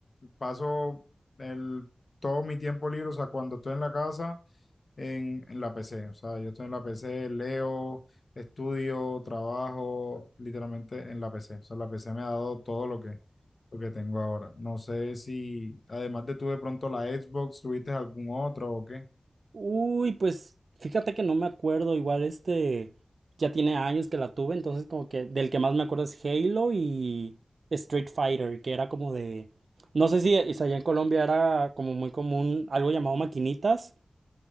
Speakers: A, on the left; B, on the right.
A: paso el, todo mi tiempo libre, o sea, cuando estoy en la casa en, en la PC. O sea, yo estoy en la PC, leo, estudio, trabajo, literalmente en la PC. O sea, la PC me ha dado todo lo que, lo que tengo ahora. No sé si, además de tú de pronto la Xbox, tuviste algún otro o qué.
B: Uy, pues fíjate que no me acuerdo, igual este ya tiene años que la tuve, entonces como que del que más me acuerdo es Halo y Street Fighter, que era como de, no sé si es allá en Colombia era como muy común algo llamado maquinitas,